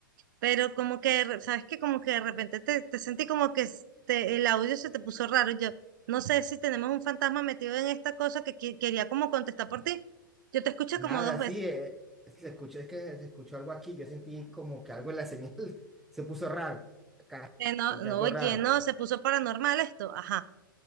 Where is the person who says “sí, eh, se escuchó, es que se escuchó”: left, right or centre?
Centre